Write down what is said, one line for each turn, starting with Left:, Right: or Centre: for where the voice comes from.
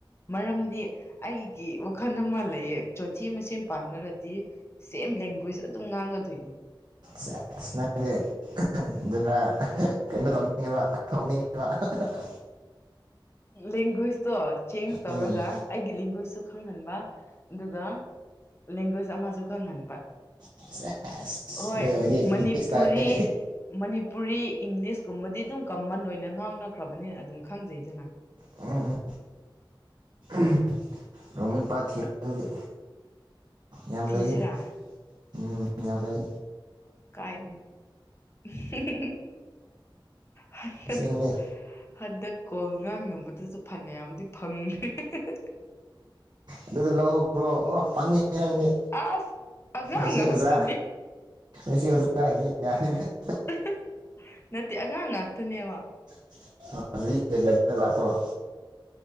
Left: ꯃꯔꯝꯗꯤ ꯑꯩꯒꯤ ꯋꯥꯈꯜ ꯑꯃ ꯂꯩꯌꯦ ꯆꯣꯊꯤ ꯃꯁꯦꯟ ꯄꯥꯝꯅꯔꯗꯤ ꯁꯦꯝ ꯂꯦꯡꯒ꯭ꯋꯦꯖ ꯑꯗꯨꯝ ꯉꯥꯡꯒꯗꯣꯏꯅꯤ
Right: ꯁꯦꯖ ꯅꯪꯗꯤ ꯎꯝ ꯑꯗꯨꯅ ꯑꯍ ꯀꯩꯅꯣ ꯇꯧꯅꯤꯡꯉꯤꯕ ꯍꯧꯅꯤꯡꯉꯤꯕ ꯍꯥ ꯍꯥ ꯍꯥ
Left: ꯂꯦꯡꯒ꯭ꯋꯦꯁꯇꯣ ꯆꯦꯟꯖ ꯇꯧꯔꯒ
Right: ꯎꯝ
Left: ꯑꯩꯒꯤ ꯂꯦꯡꯒ꯭ꯋꯦꯖꯁꯨ ꯈꯪꯍꯟꯕ ꯑꯗꯨꯒ ꯂꯦꯡꯒ꯭ꯋꯦꯁ ꯑꯃꯁꯨ ꯈꯪꯍꯟꯕ
Right: ꯁꯦꯁ
Left: ꯍꯣꯏ
Right: ꯅꯣꯏ ꯑꯣꯏꯗꯤ ꯃꯤꯛꯁ
Left: ꯃꯅꯤꯄꯨꯔꯤ
Right: ꯇꯥꯔꯦꯅꯦ
Left: ꯃꯅꯤꯄꯨꯔꯤ ꯏꯪꯂꯤꯁꯀꯨꯝꯕꯗꯤ ꯑꯗꯨꯝ ꯀꯃꯟ ꯑꯣꯏꯅ ꯉꯥꯡꯅꯈ꯭ꯔꯕꯅꯤꯅ ꯑꯗꯨꯝ ꯈꯪꯖꯩꯗꯅ
Right: ꯎꯝ ꯎꯝ ꯎꯝ ꯔꯣꯡꯃꯩ ꯄꯥꯠ ꯊꯤꯔꯣ ꯑꯗꯨꯗꯤ ꯌꯥꯝ
Left: ꯊꯤꯁꯤꯔꯥ
Right: ꯂꯩꯒꯅꯤ ꯎꯝ ꯌꯥꯝ ꯂꯩ
Left: ꯀꯥꯏ ꯅꯦ ꯍꯨꯝ ꯍꯨꯝ ꯍꯨꯝ ꯍꯍ
Right: ꯑꯁꯦꯡꯕꯅꯦ
Left: ꯍꯟꯗꯛ ꯀꯣꯜ ꯉꯥꯡ ꯅꯝꯕꯗꯁꯨ ꯐꯅꯌꯥꯝꯗꯤ ꯐꯪꯒ꯭ꯔꯦ ꯍꯦ ꯍꯦ ꯍꯦ ꯍꯦ ꯍꯦ ꯍꯦ
Right: ꯑꯗꯨꯗ ꯂꯧꯍꯧꯔꯣ ꯑꯣ ꯄꯪꯉꯤꯍꯦ ꯅꯪꯖꯤ
Left: ꯑꯁ ꯑꯉꯥꯡ
Right: ꯑꯍꯤ ꯑꯍꯤ ꯃꯁꯤ
Left: ꯉꯥꯛꯇꯅꯦ
Right: ꯑꯣꯖꯥ ꯃꯁꯤ ꯑꯣꯖꯥ ꯌꯥ <unintelligible>
Left: ꯍꯍ ꯅꯠꯇꯦ ꯑꯉꯥꯡ ꯉꯥꯛꯇꯅꯦꯕ
Right: <unintelligible> ꯂꯥꯛꯄ꯭ꯔꯣ